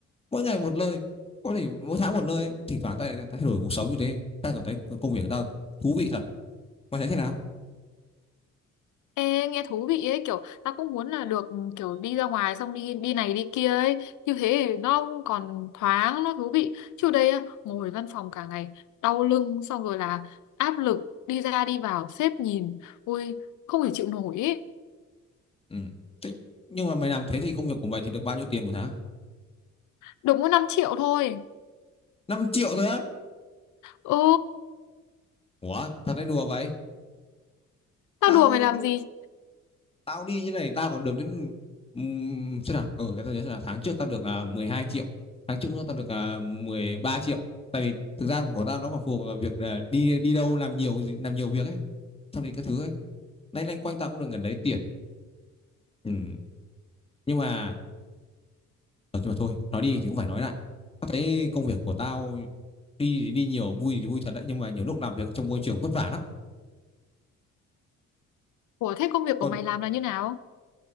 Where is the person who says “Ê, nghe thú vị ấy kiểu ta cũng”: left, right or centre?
Left